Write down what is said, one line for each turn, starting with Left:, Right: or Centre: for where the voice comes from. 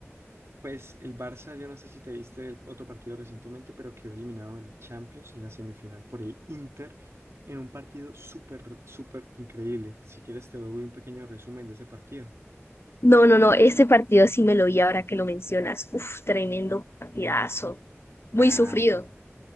Right: Pues el Barça, yo no sé si te viste el otro partido recientemente, pero quedó eliminado de la Champions en la semifinal por el Inter en un partido súper, súper increíble. Si quieres te doy un pequeño resumen de ese partido.
Left: No, no, no, este partido sí me lo vi ahora que lo mencionas. Uf, tremendo partidazo. Muy
Right: Ah,
Left: sufrido.
Right: ok.